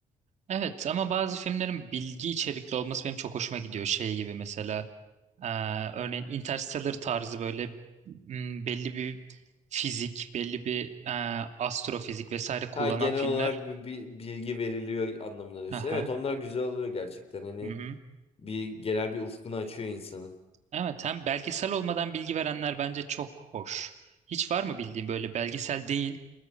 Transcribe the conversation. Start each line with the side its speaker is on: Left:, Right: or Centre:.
Right: Evet ama bazı filmlerin bilgi içerikli olması benim çok hoşuma gidiyor. Şey gibi mesela eee, örneğin Interstellar tarzı böyle m, belli bir fizik, belli bir eee, astrofizik vesaire kullanan
Left: Ha genel
Right: filmler
Left: olarak bir, bir bilgi veriliyor anlamına diyorsun.
Right: Aha.
Left: Evet onlar güzel oluyor gerçekten hani
Right: mhm.
Left: bir genel bir ufkunu açıyor insanın.
Right: Evet hem belgesel olmadan bilgi verenler bence çok hoş. Hiç var mı bildiğin böyle belgesel değil